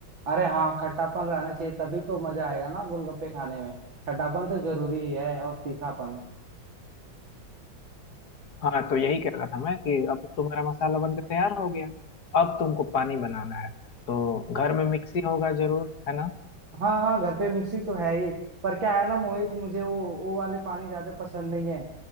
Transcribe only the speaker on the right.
अरे हाँ खट्टापन रहना चाहिए तभी तो मजा आएगा ना गोलगप्पे खाने में खट्टापन तो जरूरी ही है और तीखापन
हाँ हाँ घर पे मिक्सी तो है ही पर क्या है ना मोहित मुझे वो वो वाले पानी ज्यादा पसंद नहीं है